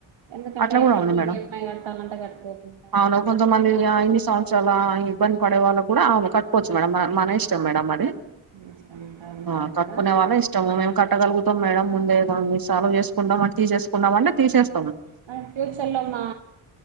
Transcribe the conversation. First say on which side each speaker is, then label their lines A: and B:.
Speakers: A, on the right; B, on the right.
A: ఎందుకంటే
B: అట్లా కూడా
A: ఎప్పటికి
B: ఉంది మేడం
A: ఈఎంఐ కట్టాలంటే కట్టుకోకుండా
B: అవును కొంతమందినీ ఇన్ని సంవత్సర చాలా ఇబ్బంది పడే వాళ్ళు కూడా కట్టుకోవచ్చు మేడం మన ఇష్టం మేడం అది
A: ఇష్టమంట అంతే
B: ఆ
A: అంటారా
B: కట్టుకునే వాళ్ళ ఇష్టము మేము కట్టగలుగుతాం మేడం ముందే దో సాల్వ్ చేసుకుంటాం ఉండమని తీసేసుకుందామంటే తీసేస్
A: మా ఫ్యూచర్ లో మా